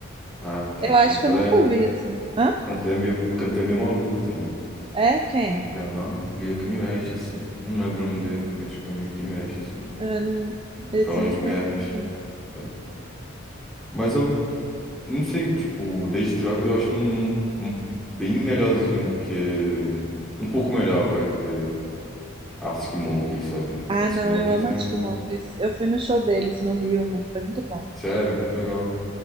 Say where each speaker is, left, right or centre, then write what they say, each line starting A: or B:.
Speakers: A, in the centre; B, on the right.
A: Ah, tá.
B: Eu acho
A: O cantor
B: que eu nunca
A: é,
B: ouvi assim. Hã?
A: o cantor é meio, o cantor é meio maluco também.
B: É quem?
A: É, aham, é meio Kanye West, assim. Não lembro o nome dele, mas tipo, é meio Kanye West, assim.
B: É, não,
A: Ele
B: esse
A: fala umas
B: eu não
A: merdas,
B: conheço, não.
A: sabe? Mas eu Não sei, tipo, Days Truckers eu acho um, um bem melhorzinho do que. Um pouco melhor, vai, do que Arctic Monkeys, sabe?
B: Ah,
A: Arctic
B: não,
A: Monkeys
B: eu amo
A: é.
B: Arctic Monkeys. Eu fui no show deles no Rio, mano, foi muito bom.
A: Sério, legal.